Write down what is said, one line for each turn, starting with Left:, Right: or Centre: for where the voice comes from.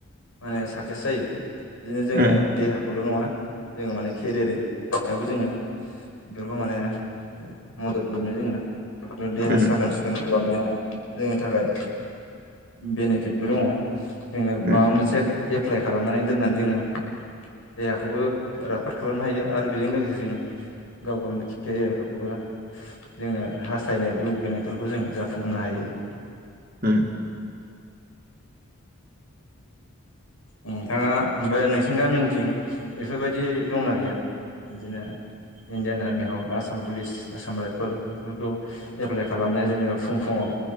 Left: माने साक्सेस जायो। बिदिनो जोङो
Right: उम
Left: देहाखौल' नङा जोङो माने केेरियार बेयावबो जोङो बेफोरखौ माने मदद मोनो जोङो। देहा
Right: उम
Left: साखोन सिखोन खालामनाया जोंनि थाखाय बेनिफिटबो दङ। जोङो माबा
Right: उम
Left: मोनसे एप्लाइ खालामनानै दोननानै जोङो देहाखौबो राफोद खालामनो हायो आरो बेजों लोगोसे जोङो गाव गावनि केरियारफोरखौबो जोङो हास्थायनाय लुुबैनायफोरखौ जोङो जाफुंहोनो हायो।
Right: उम
Left: नोंथाङा ओमफ्राय नोंसिनि गामिनिथिं बेफोरबायदि दंना गैया बिदिनो इण्डियान आर्मि हक आसाम पुलिस आसाम रायफोल बेफोरखौ एप्लाइ खालामनाय जेनेबा फुं फुंआव